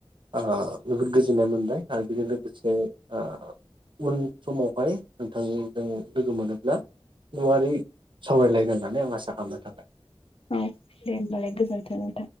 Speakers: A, on the right (about 60°); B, on the left (about 80°).
A: ओं जोबोद गोजोनाय मोनबाय आरो बेजों लोगोसे ओ उन समावहाय नोंथांजों लोगो मोनोब्ला गुवारै सावरायलायगोन होननानै आं आसा खालामनो थाबाय।
B: औ दे होमबालाय गोजोन्थों नोंथां।